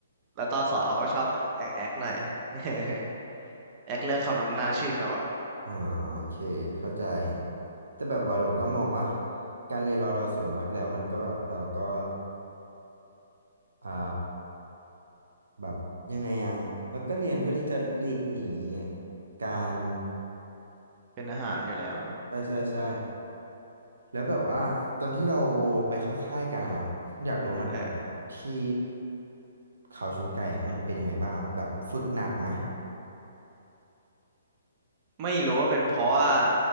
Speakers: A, on the right; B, on the right.
A: แล้วตอนสอนเขาก็ชอบแอกแอกหน่อย <laughs> แอคเลือกคำนำหน้าชื่อเขาอะ
B: อ่าโอเคเข้าใจแต่แบบว่าเราก็มองว่าการเรียนรอดอส่วนมากแล้วมันก็แบบเราก็ อ่าแบบยังไงอะแล้วก็เรียนเพื่อที่จะหลีกหนีการ
A: เป็นอาหารอยู่แล้วเนาะ
B: ใช่ใช่ใช่แล้วแบบว่าตอนที่เราไปเข้าค่ายกันอะอยากรู้เหมือนกันว่าที่
A: เออ
B: เขาชนไก่มันเป็นยังไงบ้างแบบฝึกหนักไหม
A: ไม่รู้ว่าเป็นเพราะว่า